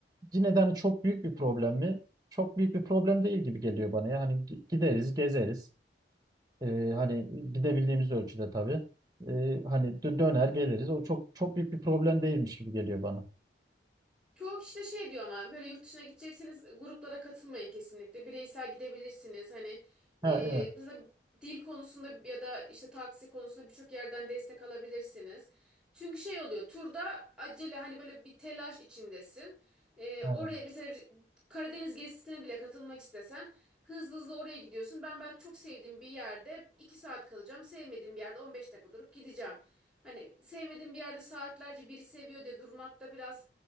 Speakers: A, on the right; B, in the centre.
A: yine de hani çok büyük bir problem mi? Çok büyük bir problem değil gibi geliyor bana ya. Hani gi- gideriz, gezeriz. Ee, hani gidebildiğimiz ölçüde tabii. Ee, hani dö- döner geliriz. O çok çok büyük bir problem değilmiş gibi geliyor bana.
B: Çoğu kişi de şey diyor ama böyle yurt dışına gidecekseniz gruplara katılmayın kesinlikle. Bireysel gidebilirsiniz. Hani
A: Ha
B: e,
A: evet.
B: biz de dil konusunda ya da işte taksi konusunda birçok yerden destek alabilirsiniz. Çünkü şey oluyor turda acele hani böyle bir telaş içindesin. Ee,
A: Aynen.
B: oraya mesela Karadeniz gezisine bile katılmak istesen hızlı hızlı oraya gidiyorsun. Ben belki çok sevdiğim bir yerde 2 saat kalacağım. Sevmediğim bir yerde 15 dakika durup gideceğim. Hani sevmediğim bir yerde saatlerce biri seviyor diye durmak da biraz